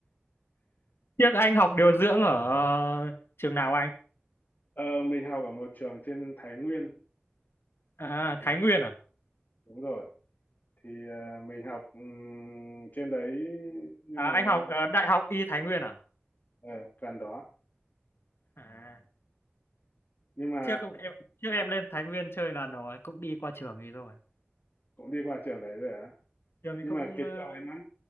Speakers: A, on the left (about 75°); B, on the left (about 50°).
A: Tiếc anh học điều dưỡng ở ờ, trường nào anh?
B: Ờ, mình học ở một trường trên Thái Nguyên
A: À,
B: ừ
A: Thái Nguyên à?
B: đúng rồi thì ờ, mình học ừm, trên đấy nhưng
A: À,
B: mà
A: anh học ờ, Đại học Y Thái Nguyên à?
B: ờ, gần đó
A: À,
B: nhưng mà
A: trước cũng- em trước em lên Thái Nguyên chơi là nó cũng đi qua trường ấy rồi.
B: cũng đi qua trường đấy rồi á
A: Trường ấy
B: nhưng
A: cũng
B: mà cái
A: ờ,
B: trường đấy nó